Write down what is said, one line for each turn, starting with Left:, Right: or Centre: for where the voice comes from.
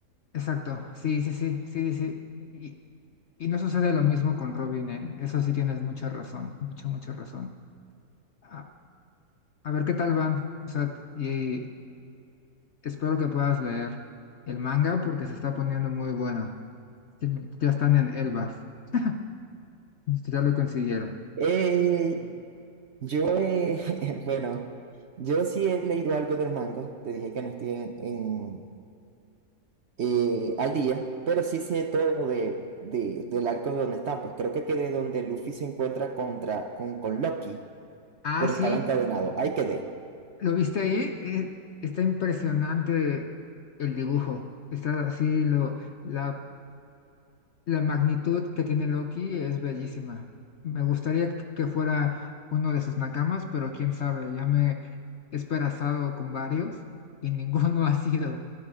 Left: exacto. Sí, sí, sí, sí, sí. sí. Y, y no sucede lo mismo con Robin, en eso sí tienes mucha razón, mucha, mucha razón. Ah, A ver qué tal van. O sea, y espero que puedas leer el manga porque se está poniendo muy bueno. Ya ya están en Elbaf. <laughs> Ya lo consiguieron.
Right: Eh, yo, eh, <laughs> bueno. Yo sí he leído algo del manga, te dije que no estoy en, en- eh, al día, pero sí sé todo de, de del arco de donde están. Pues creo que quedé donde Luffy se encuentra contra, con, con Loki,
Left: Ah,
Right: pero
Left: sí,
Right: estaba encadenado. Ahí quedé.
Left: ¿lo viste ahí? Eh, Está impresionante el dibujo. Está así, lo, la, la magnitud que tiene Loki es bellísima. Me gustaría que que fuera uno de sus nakamas, pero quién sabe, ya me he esperanzado con varios y ninguno <laughs> ha sido.